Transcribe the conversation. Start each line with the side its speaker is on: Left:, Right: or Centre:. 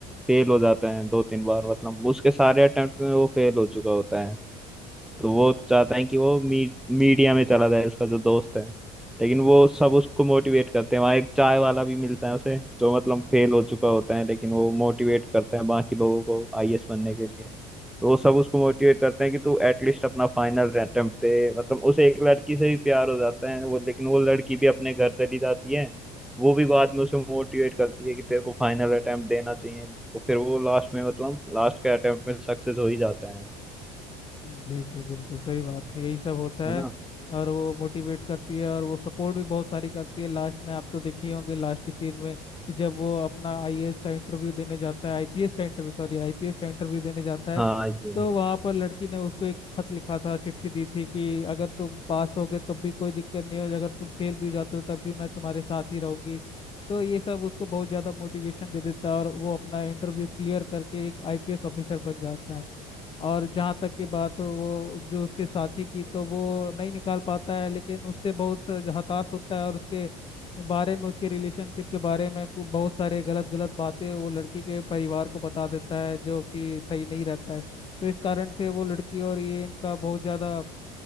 Centre: फेल हो जाता है दो तीन बार मतलब उसके सारे अटेम्प्ट में वो फेल हो चुका होता है तो वो चाहता है कि वो मी, मीडिया में चला जाए उसका जो दोस्त है लेकिन वो सब उसको मोटिवेट करते हैं वहाँ एक चाय वाला भी मिलता है उसे जो मतलब फेल हो चुका होता है लेकिन वो मोटिवेट करते हैं बाकी लोगों को आईएएस बनने के लिए तो वो सब उसको मोटिवेट करते हैं कि तू एटलीस्ट अपना फाइनल अटेम्प्ट दे मतलब उसे एक लड़की से भी प्यार हो जाता है वो लेकिन वो लड़की भी अपने घर चली जाती है वो भी बाद में उसे मोटिवेट करती है कि तेरे को फाइनल अटेम्प्ट देना चाहिए तो फिर वो लास्ट में मतलब लास्ट के अटेम्प्ट में सक्सेस हो ही जाता है
Left: जी जी बिल्कुल सही बात है यही सब होता
Centre: है
Left: है
Centre: ना
Left: और वो मोटिवेट करती है और वो सपोर्ट भी बहुत सारी करती है लास्ट में आप तो देखे ही होंगे लास्ट के सीन में कि जब वो अपना आईएएस का इंटरव्यू देने जाता है आईपीएस का इंटरव्यू सॉरी आईपीएस का इंटरव्यू देने जाता है
Centre: हाँ ये
Left: तो वहां पर लड़की ने उसको एक खत लिखा था चिट्ठी दी थी कि अगर तुम पास हो गए तब भी कोई दिक्कत नहीं है अगर तुम फेल भी हो जाते हो तब भी मैं तुम्हारे साथ ही रहूंगी तो ये सब उसको बहुत ज्यादा मोटिवेशन दे देता है और वो अपना इंटरव्यू क्लियर करके एक आईपीएस ऑफिसर बन जाता है और जहाँ तक की बात हो वो जो उसके साथी की तो वो नहीं निकाल पाता है लेकिन उससे बहुत हताश होता है और उसके बारे में उसके रिलेशनशिप के बारे में कु- बहुत सारे गलत गलत बातें वो लड़की के परिवार को बता देता है जो कि सही नहीं रहता है तो इस कारण से वो लड़की और ये इनका बहुत ज़्यादा